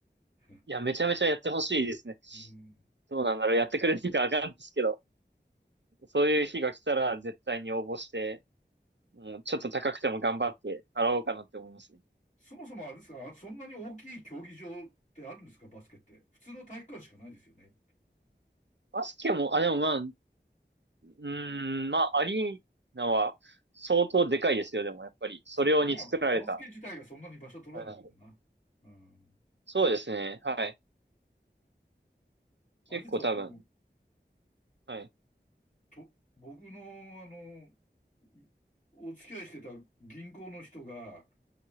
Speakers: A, on the left; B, on the right.
A: <laughs>
B: いや、めちゃめちゃやってほしいですね。
A: うん。
B: どうなんだろう。やってくれるかわかんないですけど、そういう日が来たら絶対に応募して、もうちょっと高くても頑張って払おうかなって思いますね。
A: そもそもあれですか、そんなに大きい競技場ってあるんですか、バスケって。普通の体育館しかないですよね。
B: バスケも、あ、でもまあ、うーん、まあ、アリーナは相当でかいですよ、でもやっぱり。それ用に作られた。
A: そうか、まあ、バスケ自体がそんなに場所取らないけどな。
B: はい
A: うん。
B: そうですね、はい。
A: うんあれですよ、
B: 結構多分。
A: あの、
B: はい。
A: と、僕の、あの、いお付き合いしてた銀行の人が